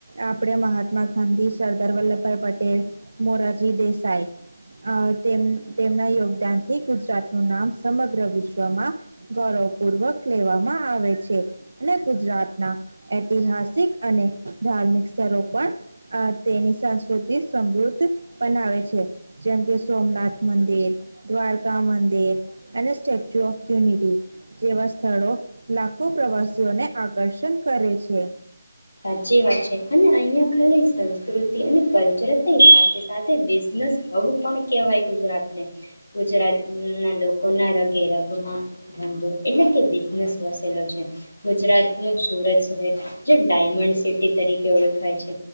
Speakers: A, on the right; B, on the left.
A: આપણે મહાત્મા ગાંધી, સરદાર વલ્લભભાઈ પટેલ, મોરારજી દેસાઈ તેમ તેમના યોગદાન થી ગુજરાતનું નામ સમગ્ર વિશ્વમાં ગૌરવ પૂર્વક લેવામાં આવે છે અને ગુજરાતના ઐતિહાસિક અને ધાર્મિક સ્થળો પણ અ તેની સંસ્કૃતિ સમૃદ્ધ બનાવે છે. જેમ કે સોમનાથ મંદિર, દ્વારકા મંદિર અને સ્ટેચ્યુ ઓફ યુનિટી જેવા સ્થળો લાખો પ્રવાસીઓને આકર્ષણ કરે છે.
B: સાચી વાત છે અને અહીંયા ખાલી સંસ્કૃતિ અને કલ્ચરની સાથે સાથે બિઝનેસ હબ પણ કહેવાય ગુજરાતને. ગુજરાતના લોકોના રગે રગમાં ધંધો એટલે કે બિઝનેસ વસેલો છે. ગુજરાતનો સુરત શહેર જે ડાયમંડ સિટી તરીકે ઓળખાય છે.